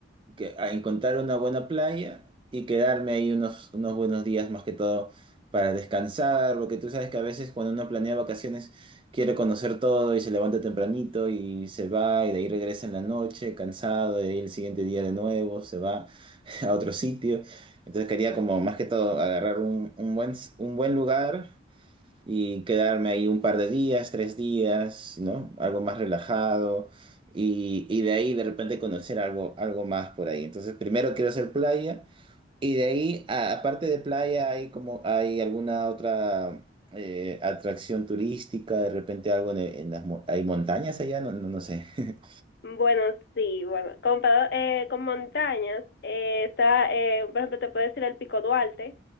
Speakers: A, on the right (about 25°); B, on the left (about 55°).
A: que, a encontrar una buena playa y quedarme ahí unos, unos buenos días más que todo para descansar, porque tú sabes que a veces cuando uno planea vacaciones quiere conocer todo y se levanta tempranito y se va y de ahí regresa en la noche cansado y de ahí el siguiente día de nuevo se va <laughs> a otro sitio. Entonces quería como más que todo agarrar un, un buen, un buen lugar y quedarme ahí un par de días, tres días, ¿no? Algo más relajado y, y de ahí de repente conocer algo, algo más por ahí. Entonces, primero quiero hacer playa y de ahí, a- aparte de playa, hay como, hay alguna otra eh, atracción turística, de repente algo en, en las, mo- hay montañas allá, no, no, no sé. <laughs>
B: Bueno, sí, bueno, comparado eh, con montañas, eh, está, eh, por ejemplo, te puedo decir el Pico Duarte,